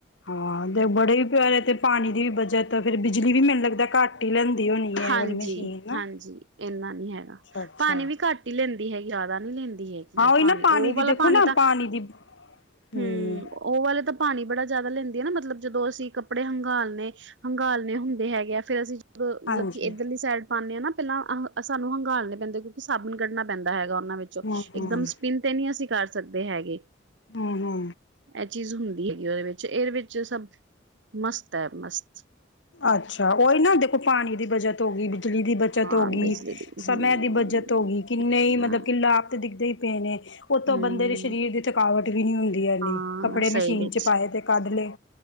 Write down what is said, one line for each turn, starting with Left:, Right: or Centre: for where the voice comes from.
Left: ਹਾਂ ਤੇ ਬੜੇ ਵੀ ਪਿਆਰੇ ਤੇ ਪਾਣੀ ਦੀ ਵੀ ਬਚਤਏ, ਫੇਰ ਬਿਜਲੀ ਵੀ ਮੈਨੂੰ ਲੱਗਦਾ ਘੱਟ ਹੀ ਲੈਂਦੀ ਹੋਣੀ। ਹੈ
Right: ਹਾਂਜੀ,
Left: ਇਹ ਵਾਲੀ ਮਸ਼ੀਨ ਨਾ
Right: ਹਾਂਜੀ ਇੰਨਾ ਨੀ ਹੈਗਾ,
Left: ਅੱਛਾ ਅੱਛਾ
Right: ਪਾਣੀ ਵੀ ਘੱਟ। ਲੈਂਦੀ ਹੈਗੀ, ਜ਼ਿਆਦਾ ਨਹੀਂ ਲੈਂਦੀ ਹੈਗੀ
Left: ਹਾਂ
Right: ਹੈ
Left: ਉਹੀ
Right: ਪਾਣੀ,
Left: ਨਾ
Right: ਉਹ
Left: ਦੀ
Right: ਵਾਲਾ
Left: ਦੇਖੋ
Right: ਪਾਣੀ
Left: ਨਾ
Right: ਤਾਂ
Left: ਦੀ ਹਮ
Right: ਹੂ, ਉਹ ਵਾਲੇ ਤਾਂ ਪਾਣੀ ਬੜਾ ਜਿਆਦਾ ਲੈਂਦੀ ਆ ਨਾ, ਮਤਲਬ ਜਦੋਂ ਅਸੀਂ ਕੱਪੜੇ ਹੰਗਾਲ ਨੇ। ਹੰਗਾਲੇ ਹੁੰਦੇ ਹੈਗੇ ਆ, ਫੇਰ ਅਸੀਂ ਜਦੋਂ ਮਤਲਬ
Left: ਹਾਂਜੀ
Right: ਕਿ ਇੱਧਰਲੀ ਸਾਈਡ। ਪਾਉਂਦੇ ਹਾਂ ਨਾ ਪਹਿਲਾਂ ਅਹ ਸਾਨੂੰ ਹੰਘਾਲੇ ਪੈਂਦੇ, ਕਿਉਂਕਿ ਸਾਬਣ ਕੱਢਣਾ ਪੈਂਦਾ ਹੈਗਾ ਉਹਨਾਂ ਵਿੱਚੋਂ,
Left: ਹਮ
Right: ਇੱਕਦਮ
Left: ਹਮ
Right: ਸਪਿਨ। ਤੇ ਨਹੀਂ ਅਸੀਂ ਕਰ ਸਕਦੇ ਹੈਗੇ।
Left: ਹੂ ਹੂ
Right: ਇਹ ਚੀਜ਼ ਹੁੰਦੀ ਹੈਗੀ ਉਹਦੇ ਵਿੱਚ, ਇਹਦੇ ਵਿੱਚ ਸਭ ਮਸਤ ਹੈ ਮਸਤ।
Left: ਅੱਛਾ, ਉਹੀ ਨਾ ਦੇਖੋ ਪਾਣੀ ਦੀ ਬੱਚਤ ਹੋ ਗਈ ਬਿਜਲੀ ਦੀ ਬੱਚਤ
Right: ਹਾਂ
Left: ਹੋ ਗਈ।
Right: ਬਿਜਲੀ ਦੀ
Left: ਸਮਯ
Right: ਹੂੰ
Left: ਦੀ ਬੱਚਤ ਹੋ ਗਈ, ਕਿੰਨੇ ਹੀ ਮਤਲਬ,
Right: ਹਾਂ
Left: ਕਿ ਲਾਭ ਤੇ ਦਿਖਦੇ ਹੀ ਪਏ ਨੇ, ਉਤੋਂ
Right: ਹੂੰ
Left: ਬੰਦੇ ਦੇ ਸਰੀਰ ਦੇ। ਥਕਾਵਟ ਵੀ ਨੀ ਹੁੰਦੀ ਹੈ, ਇਨੀ
Right: ਹਾਂ
Left: ਕੱਪੜੇ
Right: ਸਹੀ
Left: ਮਸ਼ੀਨ
Right: ਵਿੱਚ
Left: ਚ ਪਾਏ, ਤੇ ਕੱਢ ਲਏ